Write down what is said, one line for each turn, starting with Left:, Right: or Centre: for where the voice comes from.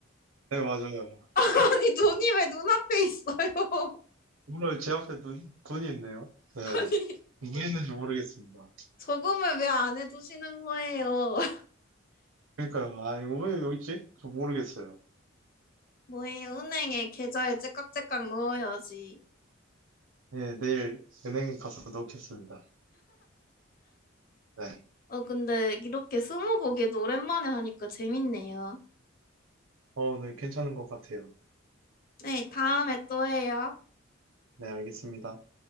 Right: 네 맞아요.
Left: <laughs> 아니, 돈이 왜 눈앞에 있어요? <laughs>
Right: 오늘 제 앞에 눈 눈이 있네요. 네.
Left: 아니,
Right: 왜 있는지 모르겠습니다.
Left: 저금을 왜 안 해두시는 거예요? <laughs>
Right: 그러니까요. 아 이거 왜 여기 있지? 저 모르겠어요.
Left: 뭐예요? 은행에 계좌에 째깍째깍 넣어야지.
Right: 네 내일 은행 가서 넣겠습니다. 네.
Left: 어, 근데 이렇게 스무고개도 오랜만에 하니까 재밌네요.
Right: 어, 네 괜찮은 것 같아요.
Left: 네, 다음에 또 해요.
Right: 네 알겠습니다.